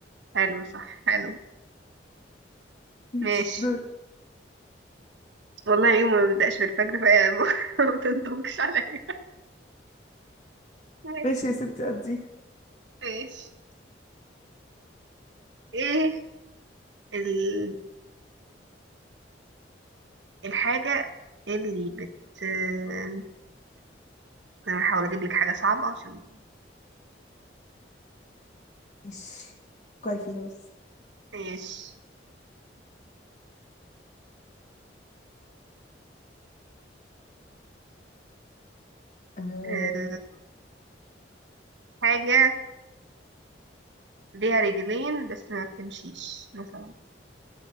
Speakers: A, on the right; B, on the left.
A: حلو صح حلو
B: ماشي
A: ماشي
B: دور
A: والله يوم ما بيبدأش بالفجر فهي <laughs> ما ما تنطبقش عليا ماشي
B: ماشي يا ستي قضي
A: ماشي ايه ال... الحاجة اللي بت استنى انا هحاول اجيب لك حاجة صعبة عشان
B: ماشي فكري فيها بس
A: ماشي
B: أه...
A: آه، حاجة ليها رجلين بس ما بتمشيش مثلا